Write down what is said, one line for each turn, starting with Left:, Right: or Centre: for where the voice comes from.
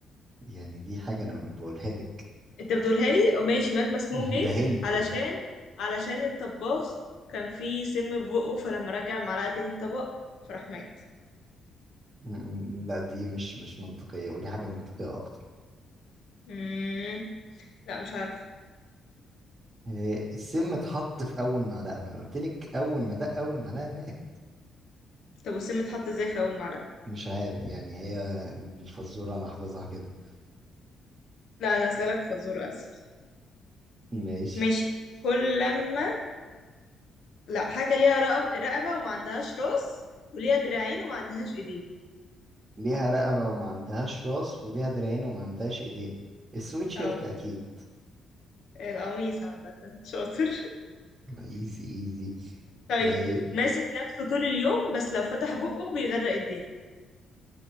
Right: يعني دي حاجة انا بقولها لك
Left: أنت بتقولها لي ماشي مات مسموم
Right: <laughs>
Left: ليه
Right: ده هنت
Left: علشان
Right: يعني
Left: علشان الطباخ كان فيه سم في بقه فلما رجع معلقة تاني الطبق فراح مات
Right: م- م- لا دي مش مش منطقية قولي حاجة منطقية اكتر
Left: مم. لا مش عارف
Right: آه السم اتحط في اول معلقة ما انا قلت لك اول ما دق اول معلقة مات
Left: طب والسم اتحط ازاي في أول معلقة
Right: مش عارف يعني هي الفزورة أنا حافظها كده
Left: لا أنا أسألك في الزورة أسهل
Right: <laughs> ماشي
Left: ماشي كل لما لا حاجة ليها رقب- رقبة وما عندهاش راس وليها دراعين وما عندهاش ايدين
Right: ليها رقبة وما عندهاش راس وليها دراعين وما عندهاش إيدين السويتشيرت
Left: اه
Right: أكيد
Left: القميص عامة شاطر
Right: ايزي ايزي
Left: طيب
Right: طيب
Left: ماسك نفسه طول اليوم بس لو فتح بقه بيغرق الدنيا